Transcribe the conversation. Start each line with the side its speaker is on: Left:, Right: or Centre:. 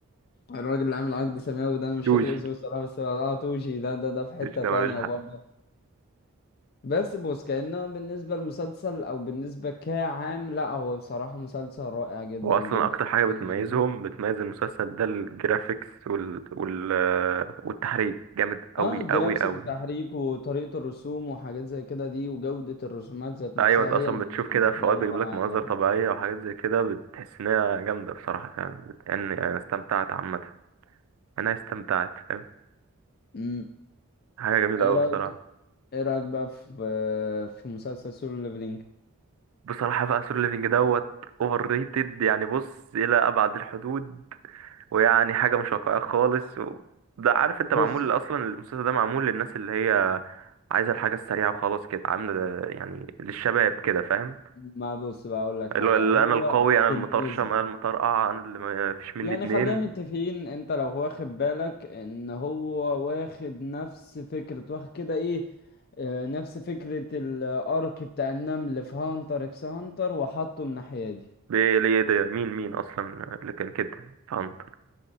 Left: الراجل اللي عامل عقد سماوي ده أنا مش
Right: توشي
Left: فاكر اسمه الصراحة بس اه توشي ده ده ده في حتة
Right: توشي ده
Left: تانية
Right: ملوش
Left: برضه
Right: حق
Left: بس بص كأنه بالنسبة للمسلسل أو بالنسبة كعام لا هو بصراحة مسلسل رائع جدا
Right: هو اصلا
Left: جدا
Right: اكتر حاجه
Left: جدا
Right: بتميزهم
Left: جدا
Right: بتميز المسلسل ده الجرافيكس وال... وال... والتحريك جامد قوي
Left: اه جرافيك
Right: قوي قوي
Left: تحريك وطريقة الرسوم وحاجات زي كده دي وجودة الرسومات ذات نفسها
Right: ايوه انت اصلا
Left: هي اللي
Right: بتشوف كده في
Left: مدياله
Right: اوقات بيجيب
Left: رائع
Right: لك مناظر
Left: برضه
Right: طبيعيه وحاجات زي كده بتحس ان هي جامده بصراحه فعلا بت- يعني انا استمتعت عامه انا استمتعت فاهم
Left: امم
Right: حاجه جميله
Left: ايه
Right: قوي
Left: رأيك
Right: بصراحه
Left: ايه رأيك بقى في في مسلسل سولو ليفلينج
Right: بصراحة بقى سولو ليفينج دوت اوفر ريتد يعني بص إلى أبعد الحدود ويعني حاجة مش واقعية خالص و... ده عارف انت
Left: بص
Right: معمول أصلا المسلسل ده معمول للناس اللي هي عايزة الحاجة السريعة وخلاص كده عاملة ده- يعني للشباب كده فاهم
Left: ما بص بقى اقول لك حاجة
Right: اللي هو اللي
Left: هو
Right: أنا القوي
Left: بالنسبة
Right: أنا المطرشم أنا المطرقع أنا اللي ما فيش مني
Left: يعني
Right: اتنين
Left: خلينا متفقين انت لو واخد بالك ان هو واخد نفس فكرة واخد كده ايه آه، نفس فكرة الارك بتاع النمل في هانتر اكس هانتر وحطه الناحية دي
Right: بي- ليه ده مين مين أصلا اللي كان كده فهمت